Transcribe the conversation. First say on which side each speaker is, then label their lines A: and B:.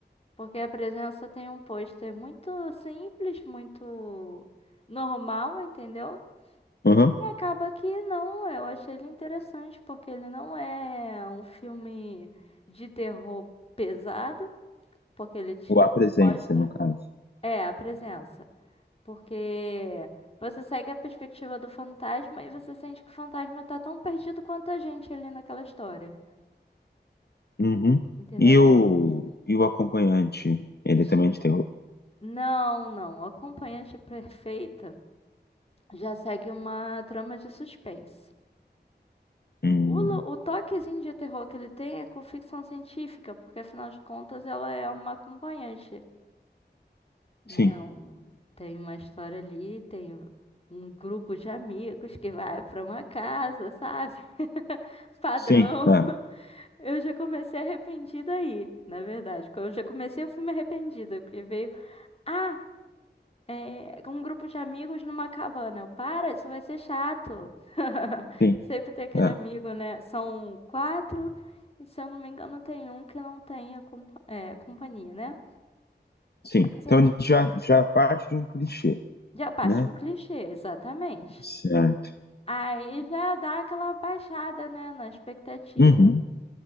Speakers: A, on the left; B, on the left.
A: Porque a presença tem um pôster muito simples, muito normal, entendeu?
B: Uhum.
A: E acaba que não, eu achei ele interessante, porque ele não é um filme de terror pesado, porque ele te
B: Ou a presença,
A: mostra.
B: no caso.
A: É, a presença. Porque você segue a perspectiva do fantasma e você sente que o fantasma tá tão perdido quanto a gente ali naquela história.
B: Uhum.
A: Entendeu?
B: E
A: Ele
B: o,
A: Não,
B: e o acompanhante, ele
A: Ge-
B: também é de terror?
A: não, não. A Acompanhante perfeita. Já segue uma trama de suspense.
B: Hum,
A: O, lo- o toquezinho de terror que ele tem é com ficção científica, porque afinal de contas ela é uma acompanhante, né?
B: sim,
A: Um- tem uma história ali, tem um grupo de amigos que vai pra uma casa, sabe? <laughs> Padrão.
B: sim, tá,
A: Eu já comecei arrependida aí, na verdade. Eu já comecei o filme arrependida, porque veio. Ah! É, com um grupo de amigos numa cabana. Eu, Para, isso vai ser chato. <laughs>
B: sim,
A: Sempre tem aquele
B: tá,
A: amigo, né? São quatro, e se eu não me engano, tem um que não tem a compa- é, companhia, né?
B: sim.
A: Mas
B: Então
A: enfim,
B: a já, já parte de um clichê,
A: já parte
B: né?
A: de um clichê, exatamente.
B: Certo.
A: Aí já dá aquela baixada, né, na expectativa.
B: Uhum.